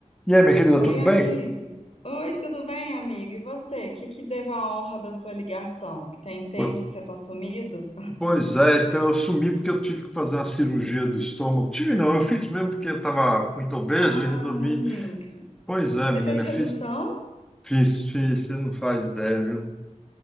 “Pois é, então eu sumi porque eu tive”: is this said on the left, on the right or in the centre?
Centre